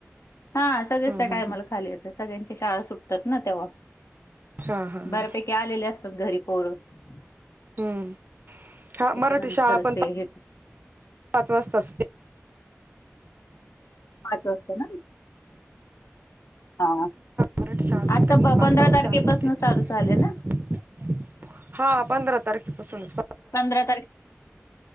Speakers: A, on the left (about 70°); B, on the right (about 40°).
A: हा सगळेच
B: हम्म
A: त्या टाइमला
B: हम्म
A: खाली येतात शाळा सुटतात ना तेव्हा
B: हा हा हा
A: बऱ्यापैकी आलेल्या असतात घरी पोर <unintelligible>
B: हम्म हा मराठी शाळा पण पाच वाजताच
A: पाचच ना हा
B: मराठी सुटेना
A: आता ब
B: बातपाव
A: पंधरा तारखेपासून
B: चार सुटेल
A: चालू झाले ना
B: हा पंधरा तारखे पासूनच
A: पंधरा